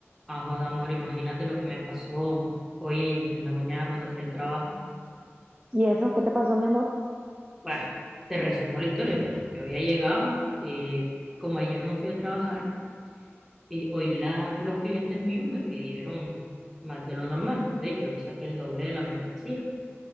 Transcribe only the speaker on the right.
¿Y eso? ¿Qué te pasó, mi amor?